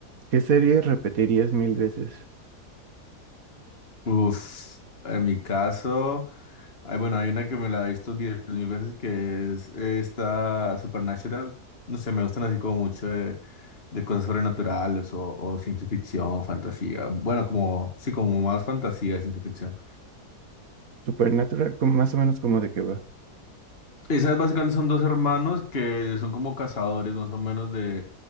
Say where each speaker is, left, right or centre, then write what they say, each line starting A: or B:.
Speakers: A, on the right; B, on the left.
A: ¿qué serie repetirías mil veces?
B: Uf, en mi caso, hay, bueno, hay una que me la he visto diez mil veces que es esta Supernatural. No sé, me gustan así como mucho de, de cosas sobrenaturales o, o ciencia ficción, fantasía. Bueno, como, sí, como más fantasía, ciencia ficción.
A: Supernatural, como más o menos como de qué va.
B: Esas básicamente son dos hermanos que son como cazadores más o menos de,